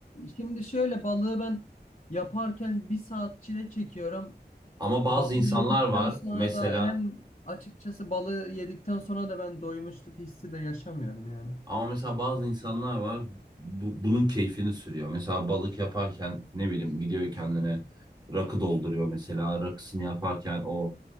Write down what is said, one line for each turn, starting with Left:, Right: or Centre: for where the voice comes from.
Left: şimdi şöyle balığı ben yaparken bir saat çile çekiyorum.
Right: <laughs> Ama
Left: Balığı
Right: bazı insanlar
Left: yedikten
Right: var
Left: sonra
Right: mesela
Left: da hem açıkçası balığı yedikten sonra da ben doymuşluk hissi de yaşamıyorum yani.
Right: ama mesela bazı insanlar var bu- bunun keyfini sürüyor. Mesela balık yaparken ne bileyim gidiyor kendine rakı dolduruyor mesela rakısını yaparken o